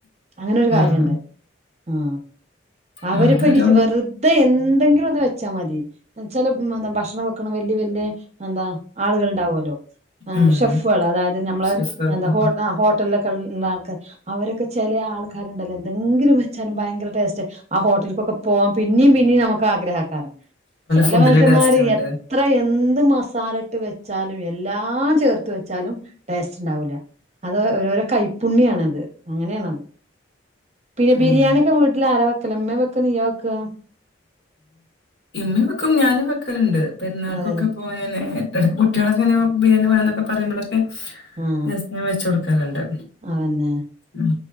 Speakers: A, on the right; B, on the left.
A: അങ്ങനൊരു കാര്യവുണ്ട്
B: ആഹ്
A: ആഹ് അവരിപ്പോ
B: ആ അതൊരു
A: ഇനി വെറുതെ എന്തെങ്കിലും ഒന്ന് വെച്ചാ മതി ചെല ഭക്ഷണം വെക്കണ വല്യ വല്യ എന്താ ആളുകൾ ഉണ്ടാവുമല്ലോ ആഹ്
B: ഉം
A: ഷെഫുകൾ അതായത് നമ്മള്
B: ഷെഫ് അതുപോലെ
A: എന്താ ഹോ ആ ഹോ ട്ടലിൽ ഒക്കെ നിക്കുന്ന ആൾക്കാർ അവരൊക്കെ ചെല ആൾക്കാരുണ്ടല്ലോ എന്തെങ്കിലും വെച്ചാലും ഭയങ്കര ടേസ്റ്റ് ആഹ് ഹോട്ടൽക്കൊക്കെ പോവാൻ പിന്നെയും പിന്നെയും നമുക്ക് ആഗ്രഹക്കാരം ചില
B: ഫുഡിന്റെ
A: മനുഷ്യന്മാര്
B: ടേസ്റ്റ് കൊണ്ട്
A: എ ത്ര എന്ത് മസാല ഇട്ട് വെച്ചാലും എല്ലാ ചേർത്ത് വെച്ചാലും ടേസ്റ്റ് ഉണ്ടാവൂല അത് ഓരോരോ കൈപ്പുണ്ണിയം ആണത് അങ്ങനെയാണത് പിന്നെ
B: ഉം
A: ബിരിയാണി ഒക്കെ വീട്ടില് ആരാ വെക്കല് ഉമ്മയാ വെക്കല് നീയാ വെക്കുക
B: ഇമ്മ വെക്കും ഞാനും വെക്കലുണ്ട് പെരുന്നാൾക്കൊക്കെ
A: അതേല്ലേ
B: പോയാല് എടക്ക് കുട്ടികളൊക്കെ ഇങ്ങനെ ബിരിയാണി വേണോന്നൊക്കെ പറയുമ്പോളൊക്കെ
A: ഉം
B: ഞാൻ വെച്ച് കൊടുക്കാറുണ്ട്
A: അത് തന്നെ
B: ഉം